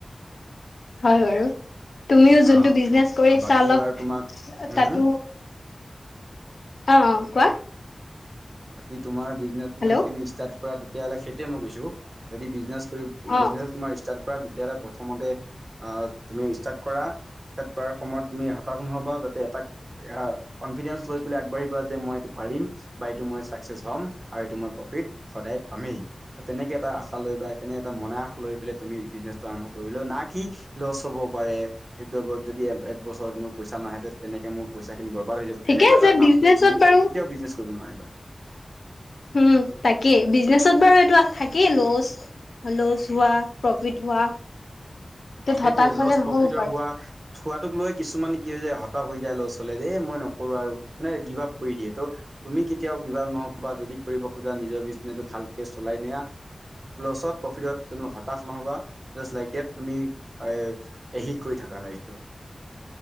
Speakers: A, on the left (about 80°); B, on the right (about 40°).
A: হয় বাৰু তুমিও যোনটো
B: অ',
A: বিজনেচ কৰিছা
B: ত' বাকী
A: অলপ
B: বাৰু তোমাক হম,
A: তাতো
B: হম।
A: অ অ কোৱা
B: বাকী তোমাৰ বিজনেটো
A: হেল্ল'
B: য তুমি ষ্টাৰট কৰা তেতিয়াহলে সেইটোৱে মই কৈছো যদি বিজনেস কৰিম
A: অ'
B: বিজনেছ তোমাৰ ষ্টাৰ্ট কৰা তেতিয়াহ'লে প্ৰথমতে অ তুমি ষ্টাৰ্ট কৰা ষ্টাৰ্ট কৰাৰ সময়ত তুমি হতাশ নহবা যাতে এটাক অ কনফিডেন্ঞ্চ লৈ পেলাই আগবাঢ়িবা যে মই এইটো পাৰিম। বা এইটো মই ছাকচেছ হ'ম আৰু এইটো মই প্ৰফিট সদায় পামেই ত তেনেকে এটা আশা লৈ বা তেনে এটা মনায়াশ লৈ পেলাই তুমি বিজনেচটো আৰম্ভ কৰিবলেও না কি লছ হ'ব পাৰে। এই দ্ৰব্যত যদি এক বছৰত মোৰ পইচা নাহে তেনেকে মোৰ পইচা খিনি বৰ্বাদ হৈ যাব
A: ঠিকে
B: তেনেকুৱা
A: আছে
B: এটা ভাৱ
A: বিজনেচত
B: লৈ তুমি কেতিয়াও
A: বাৰু
B: বিজনেছ কৰিব নোৱাৰিবা
A: উম তাকে বিজনেচত বাৰু এইটো থাকেই ল'ছ ল'ছ হোৱা প্ৰফিট হোৱা ত
B: অ সেইটোয়ে
A: হতাশ হলে
B: লছ
A: নহ'ব
B: প্ৰফিটৰ
A: পাৰে
B: হোৱা থোৱাটোক লৈ কিছুমান কি হৈ যায় হতাশ হৈ যায় ল'ৰা ছোৱালী এই মই নকৰো আৰু মানে গিভ আাপ কৰি দিয়ে ত' তুমি কেতিয়াও গিভাপ নহব বা যদি কৰিব খোজা নিজৰ বীজ ভালকে চলাই নিয়া লছত প্ৰফিটত কোনো হতাশ নহবা জাষ্ট লাইক দেট তুমি এ এহি কৰি থাকা লাইফ টো